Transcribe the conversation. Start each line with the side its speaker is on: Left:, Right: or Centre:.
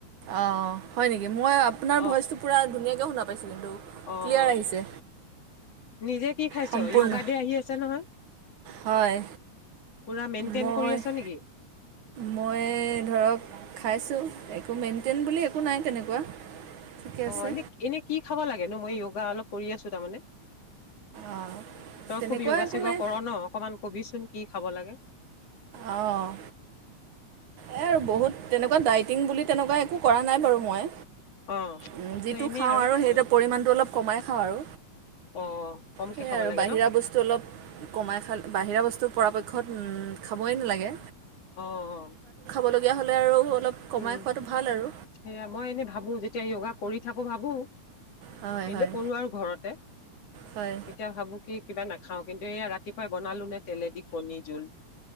Right: অঁ, হয় নেকি। মই আপোনাৰ ভইচটো
Left: অ',
Right: পূৰা ধুনীয়াকৈ শুনা পাইছোঁ কিন্তু,
Left: অ',
Right: ক্লিয়াৰ আহিছে।
Left: নিজে কি খাইছ
Right: সম্পূৰ্ণ
Left: য়োগা দে আহি আছে নহয়।
Right: হয়।
Left: পুৰা মেইনটেইন
Right: মই-
Left: কৰি আছ নেকি
Right: মই ধৰক খাইছোঁ, একো মেইনটেইন বুলি একো নাই তেনেকুৱা। ঠিকে
Left: অঁ,
Right: আছে
Left: এনে- এনে কি খাব লাগে ন, মই য়োগা অলপ কৰি আছো তাৰমানে।
Right: অঁ
Left: তই
Right: তেনেকুৱা
Left: খুব য়োগা
Right: একো
Left: চোগা
Right: নাই
Left: কৰ ন, অকমান কবিচোন। কি খাব লাগে
Right: অঁ। এই আৰু বহুত তেনেকুৱা ডাইটিং বুলি তেনেকুৱা একো কৰা নাই বাৰু মই।
Left: অ',
Right: উম্ যিটো
Left: নাই এনেই
Right: খাওঁ আৰু সেইটো
Left: অলপ
Right: পৰিমানটো অলপ কমাই খাওঁ আৰু
Left: অ', কমকে
Right: সেইয়াই
Left: খাব
Right: আৰু
Left: লাগে
Right: বাহিৰা
Left: ন
Right: বস্তু অলপ কমাই খাল, বাহিৰা বস্তু টো পৰাপক্ষত খাবই নালাগে।
Left: অঁ, অঁ।
Right: ক'বলগীয়া হ'লে আৰু অলপ কমাই
Left: উম।
Right: খোৱাটো ভাল আৰু
Left: সেয়া মই এনে ভাবো। যেতিয়া য়োগা কৰি থাকো ভাবো।
Right: হয়
Left: এনে
Right: হয়
Left: কৰো আৰু ঘৰতে।
Right: হয়
Left: এতিয়া ভাবো কি কিবা নথ খাওঁ। কিন্তু এয়া ৰাতিপুৱাই বনালো নে তেলেদি কণী জোল